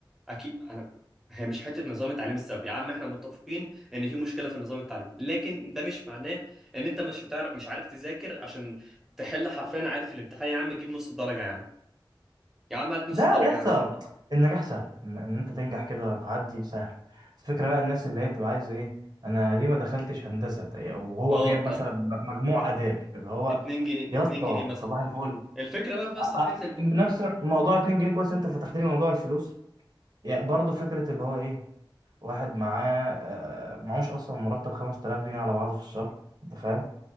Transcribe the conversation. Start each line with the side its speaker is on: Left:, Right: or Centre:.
Centre: اكيد انا هي مش حته نظام التعليم السبب يا عم احنا متفقين ان في مشكله في النظام التعليمي لكن ده مش معناه ان انت مش هتعرف مش عارف تذاكر عشان تحل حرفيا عادي في الامتحان يا عم تجيب نص الدرجه يا عم يا عم هات نص
Right: لا
Centre: الدرجه
Right: يا اسطى
Centre: يا عم
Right: النجاح سهل ان إن انت تنجح كده تعدي سهل الفكره بقى الناس اللي هي بتبقى عايزه ايه انا ليه ما دخلتش هندسه ده- وهو
Centre: اه
Right: جايب
Centre: طب
Right: مثلا مجموع
Centre: ات-
Right: اداب اللي هو
Centre: اتنين جنيه
Right: يا
Centre: اتنين
Right: اسطى
Centre: جنيه مثلا
Right: صباح الفل
Centre: الفكرة بقى في بس
Right: أ- أ-
Centre: في حتة الب...
Right: بنفس موضوع 2 جنيه كويس انت فتحت لي موضوع الفلوس يعني برضه فكره اللي هو ايه واحد معاه آه، معهوش اصلا مرتب 5000 جنيه على بعضه في الشهر انت فاهم